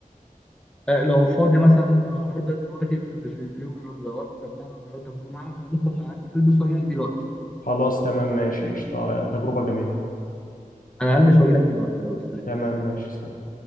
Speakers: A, in the centre; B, on the left.
A: آه، لو فاضي مثلا النهارده دلوقتي في في اليوم اللي ظبطت لك انا النهارده الجمعه فممكن يعني البس واجي لك دلوقتي
B: خلاص تمام ماشي قشطة تجربه جميله
A: انا هلبس واجي لك دلوقتي يلا سلام
B: تمام ماشي سلام